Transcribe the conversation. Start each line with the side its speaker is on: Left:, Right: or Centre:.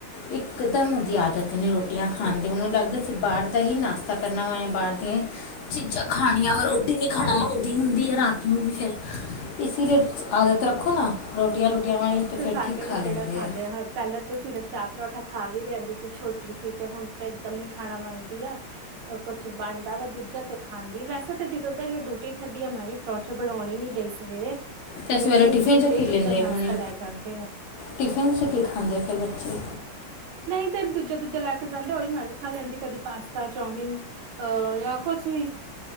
Left: ਇਕਦਮ ਉਹਦੀ ਆਦਤ ਨੇ ਰੋਟੀਆਂ ਖਾਣ ਦੀ ਉਹਨੂੰ ਲੱਗਦਾ ਸੀ ਬਾਹਰ ਦਾ ਹੀ ਨਾਸ਼ਤਾ ਕਰਨਾ ਵਿ ਬਾਹਰ ਦੀਆ ਹੀ ਚੀਜ਼ਾਂ ਖਾਣੀਆਂ ਵਾ ਰੋਟੀ ਨਈ ਖਾਣਾ ਮੰਗਦੀ ਹੁੰਦੀ ਹੈ ਰਾਤ ਨੂੰ ਵੀ ਫਿਰ ਇਸ ਲਈ ਆਦਤ ਰੱਖੋ ਨਾ ਰੋਟੀਆਂ ਰੂਟੀਆਂ ਖਾਣੀਆਂ
Right: ਤੇ
Left: ਫਿਰ
Right: ਸਾਡੇ
Left: ਠੀਕ ਖਾ
Right: ਵੀ ਕਿਹੜਾ
Left: ਲੇਂਦੇਹੈ
Right: ਖਾਂਦੇ ਆ ਪਹਿਲਾਂ ਤਾਂ ਫਿਰ ਚਾ ਪਰੌਂਠਾ ਖਾ ਵੀ ਲੈਂਦੀ ਸੀ ਛੋਟੀ ਸੀ ਤੇ ਹੁਣ ਤੇ ਇੱਕਦਮ ਹੀ ਖਾਣਾ ਮੰਗਦੀ ਆ ਕੁਛ ਬਣਦਾ ਵਾ ਦੂਜਾ ਤੇ ਖਾਂਦੀ ਤੇ ਜਦੋਂ ਤਨੇ ਡੁ ਰੋਟੀ ਛੱਡੀ ਆ ਮੈਂ ਵੀ ਪਰੌਠੇ ਬਣਾਉਉਣ ਨੀ ਡਈ ਸਵੇਰੇ
Left: ਤੇ
Right: ਇਹ
Left: ਸਵੇਰੇ
Right: ਹੁਣ ਵੀ
Left: ਟਿਫਿਨ
Right: ਦੂਜਾ
Left: ਚ
Right: ਹੀ
Left: ਕੀ
Right: ਦੂਜਾ
Left: ਲੈਂਦੇ
Right: ਨਾਸ਼ਤਾ
Left: ਹੁਣੇ
Right: ਲੈ ਜਾਂਦੇ ਆ
Left: ਟਿਫਿਨ 'ਚ ਕੀ ਖਾਂਦੇ ਫਿਰ ਬੱਚੇ
Right: ਨਹੀਂ ਤੈਨੂੰ ਦੂਜਾ ਦੂਜਾ ਲੈ ਕੇ ਜਾਂਦੇ ਉਹੀ ਮੈਂ ਵੀ ਖਾ ਲੈਂਦੀ ਕਦੀ ਪਾਸ ਤਾਂ ਚਾਓਮਨ ਅ ਯ ਕੁਛ ਵੀ